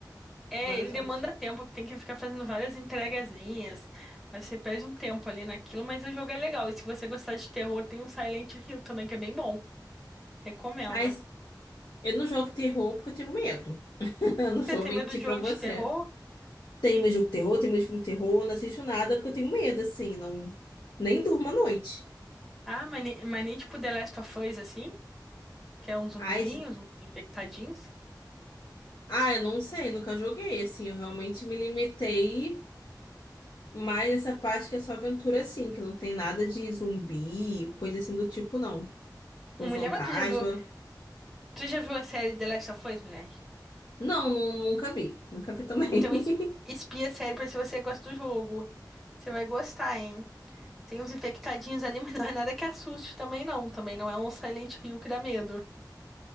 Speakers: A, in the centre; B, on the left.
A: é,
B: várias
A: ele
B: horas.
A: demanda tempo, que tem que ficar fazendo várias entregazinhas. Aí você perde um tempo ali naquilo, mas o jogo é legal. E se você gostar de terror, tem um Silent Hill também, que é bem bom. Recomendo.
B: Mas eu não jogo terror porque eu tenho medo. <laughs> Eu Não vou
A: Você tem
B: mentir
A: medo de
B: pra
A: jogo
B: você.
A: de terror?
B: Tem meu jogo de terror,
A: Não.
B: tem meu filme de terror, eu não assisto nada porque eu tenho medo, assim, não... Nem durmo à noite.
A: Ah, mas, nem- mas nem tipo The Last of Us, assim? Que é uns zumbizinhos,
B: Ai, se-
A: uns infectadinhos.
B: ah, eu não sei, nunca joguei, assim, eu realmente me limitei mais essa parte que é só aventura, assim, que não tem nada de zumbi, coisa assim do tipo, não. Ou
A: Mulher,
B: fantasma.
A: mas tu já viu, tu já viu a série The Last of Us, mulher?
B: Não, nu- nunca vi. Nunca vi também.
A: Então,
B: <laughs>
A: es- espia a série pra ver se você gosta do jogo. Você vai gostar, hein? Tem uns infectadinhos ali, <laughs> mas não é nada que assuste também, não. Também não é um Silent Hill que dá medo.